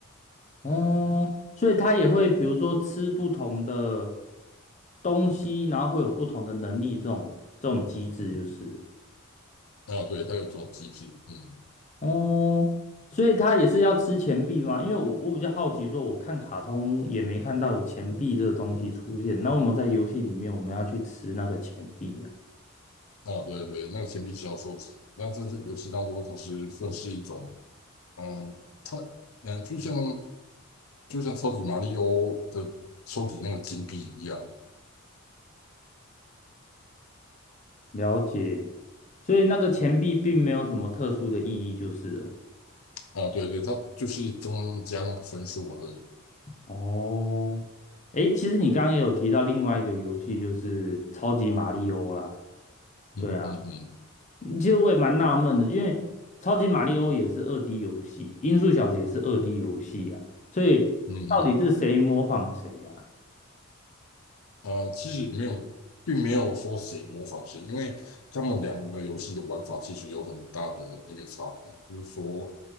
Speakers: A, on the left (about 35°); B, on the left (about 85°).
A: 哦，所以他也会比如说吃不同的东西，然后会有不同的能力，这种这种机制就是。
B: 啊，对，它有这种机制，嗯，
A: 哦，所以他也是要吃钱币吗？因为我我比较好奇，说我看卡通也没看到有钱币这个东西出现，那为什么在游戏里面我们要去吃那个钱币呀？
B: 啊，对对，那个钱币是要收集。那这是游戏当中，它是算是一种，嗯，它，嗯，就像就像超级马里奥的收集那个金币一样，
A: 了解，所以那个钱币并没有什么特殊的意义，就是了。
B: 啊，对对，它就是增加那个分数而已。
A: 哦，诶，其实你刚刚也有提到另外一个游戏，就是超级马里欧啦。
B: 嗯嗯嗯
A: 对啊。其实我也蛮纳闷的，因为超级马里奥也是二 D 游戏，音速小子也是二 D 游戏啊，所以到底是谁模仿谁啊？
B: 嗯嗯，啊，其实没有，并没有说谁模仿谁，因为他们两个游戏的玩法其实有很大的一个差别，就是说，